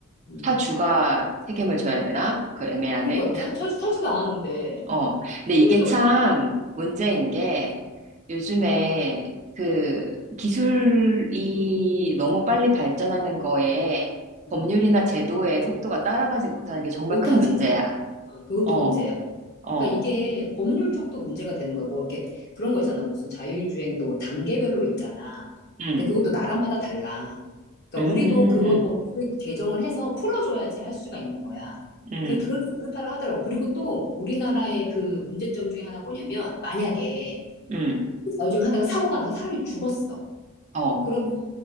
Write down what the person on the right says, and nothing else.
차 주가 책임을 져야 되나? 그 애매하네.
어. 근데 이게
참 문제인
게 요즘에 그 기술이 너무 빨리 발전하는 거에
법률이나 제도의 속도가 따라가지 못하는 게 정말
큰 문제야.
어,
어,
음,
음,
음,
음,
어,